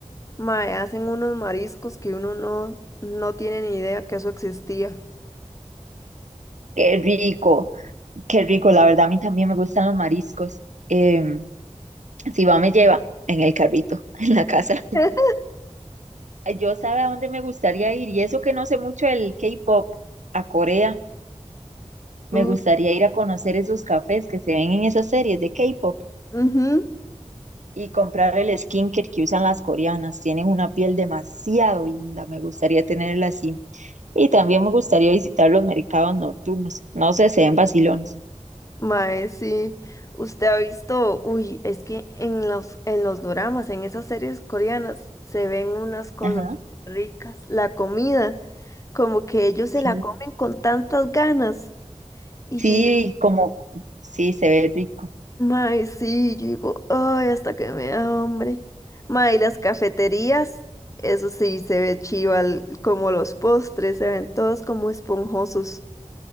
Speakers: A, on the left; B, on the right.
A: mae, hacen unos mariscos que uno no, no tiene ni idea que eso existía.
B: Qué rico, qué rico. La verdad, a mí también me gustan los mariscos. Em, si va, me lleva en el carrito, <laughs> en la casa.
A: <laughs>
B: Ay, Yo sabe a dónde me gustaría ir. Y eso que no sé mucho del K-pop, a Corea. Me
A: Uh,
B: gustaría ir a conocer esos cafés que se ven en esas series de K-pop
A: ujú,
B: y comprar el skincare que usan las coreanas. Tienen una piel demasiado linda. Me gustaría tenerla así. Y también me gustaría visitar los mercados nocturnos. No sé, se ven vacilones.
A: Mae, sí. Usted ha visto, uy, es que en los, en los doramas, en esas series coreanas, se ven unas cosas
B: Ajá.
A: ricas. La comida. Como que ellos se
B: Sí,
A: la comen con tantas ganas. Y
B: sí,
A: yo,
B: como, sí, se ve rico,
A: mae, sí, yo digo, ay, hasta que me da hambre. Mae, y las cafeterías, eso sí, se ve chiva, el- como los postres, se ven todos como esponjosos.